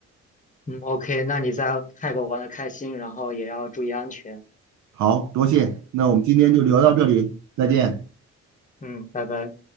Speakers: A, on the left (about 25°); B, on the right (about 70°).
A: 嗯，OK，那你在泰国玩的开心，然后也要注意安全。
B: 好，多谢，那我们今天就聊到这里，
A: 嗯
B: 再见。
A: 嗯，拜拜。